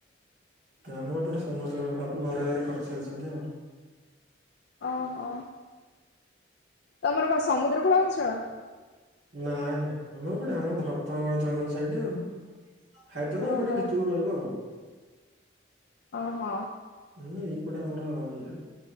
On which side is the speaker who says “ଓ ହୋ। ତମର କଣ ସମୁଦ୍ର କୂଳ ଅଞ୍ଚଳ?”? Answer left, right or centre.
Left